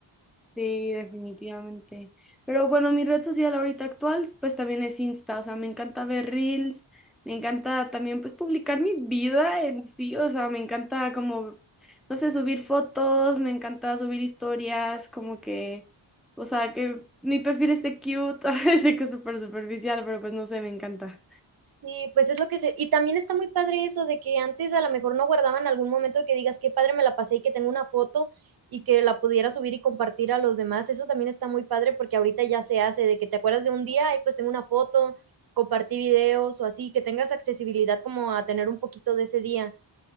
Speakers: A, in the centre; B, on the right.
A: Sí, definitivamente. Pero bueno, mi red social ahorita actual, pues también es Insta, o sea, me encanta ver reels, me encanta también pues publicar mi vida en sí, o sea, me encanta como, no sé, subir fotos, me encanta subir historias, como que, o sea, que mi perfil esté cute, <laughs> de que es súper superficial, pero pues no sé, me encanta.
B: Sí, pues es lo que se. Y también está muy padre eso de que antes a lo mejor no guardaban algún momento que digas qué padre me la pasé y que tengo una foto y que la pudiera subir y compartir a los demás. Eso también está muy padre porque ahorita ya se hace de que te acuerdas de un día y pues tengo una foto, compartí videos o así, que tengas accesibilidad como a tener un poquito de ese día.